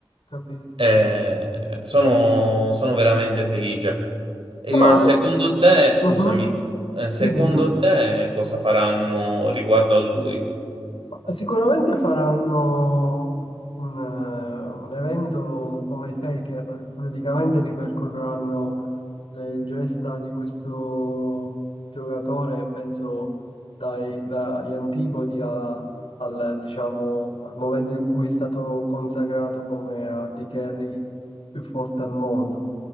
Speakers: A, on the left (about 90°); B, on the right (about 75°).
A: capito.
B: Eh, sono, sono veramente felice. Eh,
A: No,
B: Ma secondo te, scusami,
A: mhm,
B: eh, secondo
A: Dimmi, dimmi.
B: te cosa faranno riguardo a lui?
A: Ma Sicuramente faranno un, eh, un evento come Faker, praticamente ripercorreranno le gesta di questo giocatore, penso dai- dagli antipodi a- al, diciamo, al momento in cui è stato consacrato come AD carry più forte al mondo.